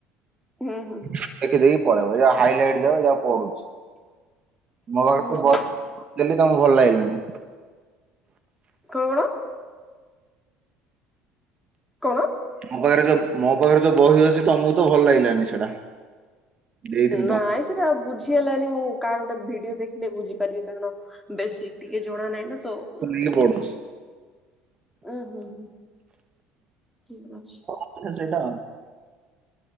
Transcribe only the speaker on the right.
ଦେଖି ଦେଇକି ପଳେଇବ ଏ ଯା ହାଇଲାଇଟ୍ ଯାକ ଯା ପଡୁଚି। <unintelligible>
ମୋ ପାଖେରେ ଯୋଉ ମୋ ପାଖେରେ ଯୋଉ ବହି ଅଛି ତମୁକୁ ତ ଭଲ ଲାଗିଲାନି ସେଇଟା। ଦେଇଥିଲି ତମକୁ
କିଏ ପଢୁଛି।
ଆଚ୍ଛା ସେଇଟା।